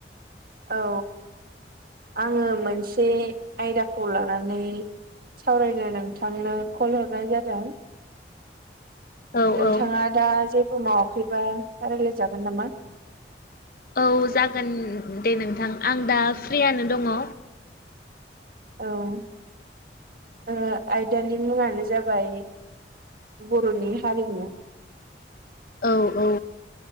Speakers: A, on the right; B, on the left.
A: औ आङो मोनसे आयदाखौ लानानै सावरायनो नोंथांनो कल हरनाय जादों
B: औ
A: नोंथाङा
B: औ
A: दा जेबो मावाखैबा रायलायजागोन नामा
B: औ जागोन दे नोंथां आं दा फ्रियानो दङ
A: औ ओ आयदानि मुङानो जाबाय बर'नि हारिमु
B: औ औ